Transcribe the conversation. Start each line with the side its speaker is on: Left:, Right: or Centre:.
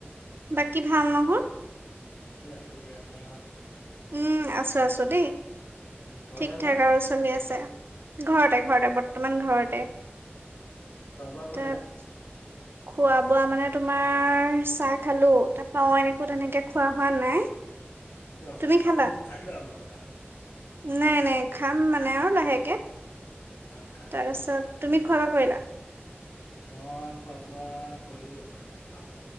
Right: বাকী ভাল নহয়?
Left: বাকী আছোঁ দিয়া তোমাৰ ভাল।
Right: উম আছোঁ আছোঁ দেই।
Left: উম ঘৰতে
Right: ঠিক
Left: আছা
Right: ঠাক
Left: নে
Right: আৰু চলি আছে ঘৰতে ঘৰতে বৰ্তমান ঘৰতে।
Left: খোৱা বোৱা কৰিলা
Right: তে তাপা খোৱা বোৱা মানে তোমাৰ চাহ খালো, তাৰপৰা অনেই একো তেনেকে খোৱা খোৱা নাই।
Left: কিবা সময়
Right: তুমি খালা
Left: হ'ল ৰ খাই লোৱা আৰু কিবা এটা।
Right: নাই নাই খাম মানে আৰু লাহেকে।
Left: আচ্ছা
Right: তাৰপিছত তুমি খোৱা বোৱা কৰিলা?
Left: মই খোৱা বোৱা কৰিলোঁ বাৰু ৰাতিপুৱা,